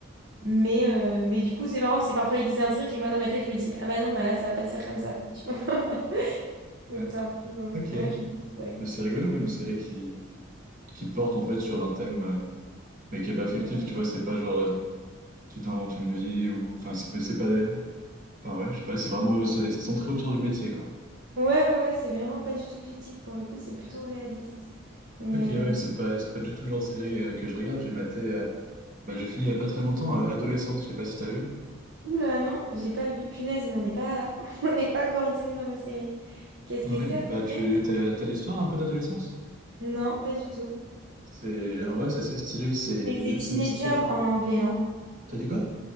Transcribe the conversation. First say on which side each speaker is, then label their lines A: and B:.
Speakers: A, on the right; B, on the right.
A: Mais, euh, mais du coup, c'est marrant parce que parfois ils disent un truc et moi dans ma tête, je me dis, ah bah non, bah là, ça va pas se faire comme ça. Tu vois? <laughs> Donc
B: ouais.
A: c'est un peu rigolo.
B: Ok.
A: Ouais, je me fais spoil.
B: Mais c'est rigolo, oui, une série qui, qui porte en fait sur un thème, euh, mais qui est pas fictif,
A: Non.
B: tu vois, c'est pas genre euh, tu t'inventes une vie ou. Enfin, c'est c'est pas. Enfin, ouais, je sais pas, c'est vraiment. C'est c'est centré autour du métier, quoi.
A: Ouais, ouais, ouais, c'est vraiment pas du tout fictif pour le coup, c'est plutôt réaliste. Mais
B: Ok, ouais,
A: euh...
B: c'est pas, c'est pas du tout le genre de série euh, que je regarde. J'ai maté. euh, Bah, j'ai fini il n'y a pas très longtemps, euh, Adolescence, je sais pas si t'as vu.
A: Oula, non, j'ai pas vu. Punaise, mais on n'est pas <laughs> on n'est pas coordinés dans nos séries. Qu'est-ce
B: Ouais,
A: que c'est
B: bah
A: après?
B: tu t'as, t'as l'histoire un peu d'Adolescence?
A: Non, pas du tout.
B: C'est en vrai c'est assez stylé, c'est
A: Mais c'est Teenager
B: c'est l'histoire.
A: en anglais, non?
B: T'as dit quoi?